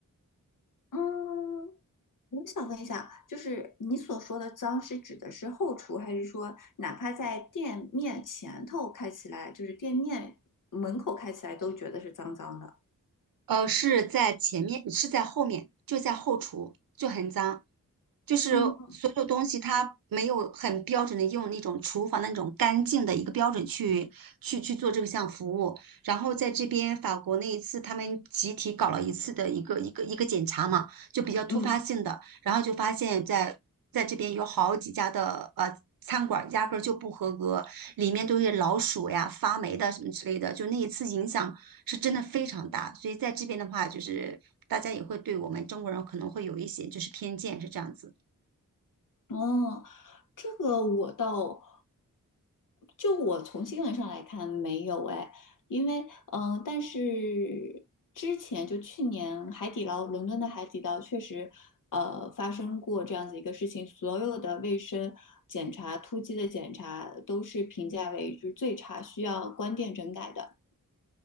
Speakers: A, on the left; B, on the right.
A: 嗯，我想问一下，就是你所说的脏是指的是后厨，还是说哪怕在店面前头开起来，就是店面门口开起来都觉得是脏脏的？
B: 呃，是在前面，是在后面，就在后厨就很脏，就是所有东西它没有很标准的用那种厨房的那种干净的一个标准去去去做这项服务。
A: 嗯
B: 然后在这边法国那一次，他们集体搞了一次的一个一个一个检查嘛，就比较突发性的。
A: 嗯。
B: 然后就发现在在这边有好几家的呃餐馆压根儿就不合格，里面都是老鼠呀、发霉的什么之类的，就那一次影响是真的非常大。所以在这边的话，就是大家也会对我们中国人可能会有一些就是偏见，是这样子。
A: 哦，这个我倒，就我从新闻上来看没有哎，因为嗯、呃但是之前就去年海底捞，伦敦的海底捞确实呃发生过这样子一个事情，所有的卫生检查、突击的检查都是评价为就是最差，需要关店整改的。